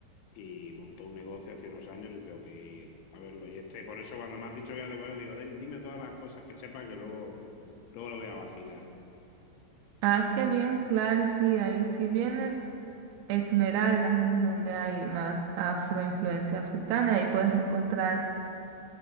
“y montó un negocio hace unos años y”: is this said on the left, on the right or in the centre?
Left